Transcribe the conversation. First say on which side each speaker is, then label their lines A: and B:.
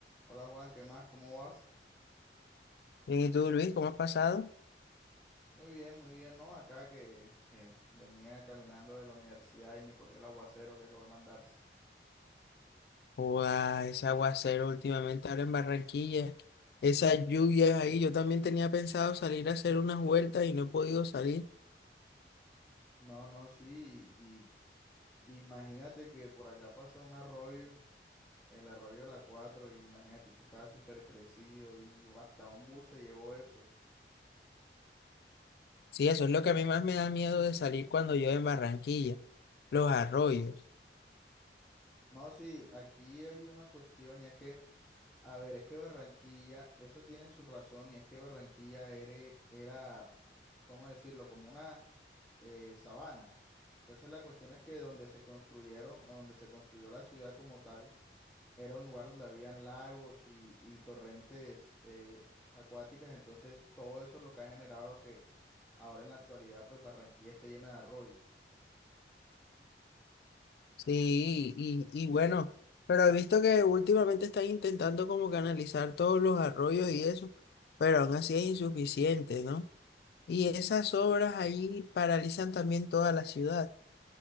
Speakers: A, in the centre; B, on the left.
A: Hola Juan, ¿qué más? ¿Cómo vas?
B: Bien, ¿y tú, Luis, cómo has pasado?
A: Muy bien, muy bien, ¿no? Acá que eh, venía caminando de la universidad y me cogió el aguacero que acabo de mandarse.
B: Ua, ese aguacero últimamente ahora en Barranquilla, esas lluvias ahí, yo también tenía pensado salir a hacer unas vueltas y no he podido salir.
A: No, no, sí, y, y imagínate que por acá pasa un arroyo, el arroyo de la 4 y imagínate, eso estaba súper crecido y hasta un bus se llevó eso.
B: Sí, eso es lo que a mí más me da miedo de salir cuando llueve en Barranquilla, los arroyos.
A: No, sí, aquí hay una cuestión y es que, a ver, es que Barranquilla, eso tiene su razón y es que Barranquilla era, era, ¿cómo decirlo? Como una eh, sabana. Entonces la cuestión es que donde se construyeron, o donde se construyó la ciudad como tal, era un lugar donde habían lagos y, y torrentes eh, acuáticas. Entonces todo eso es lo que ha generado que ahora en la actualidad pues Barranquilla esté llena de arroyos.
B: Sí, y, y bueno, pero he visto que últimamente están intentando como canalizar todos los arroyos y eso, pero aún así es insuficiente, ¿no? Y esas obras ahí paralizan también toda la ciudad.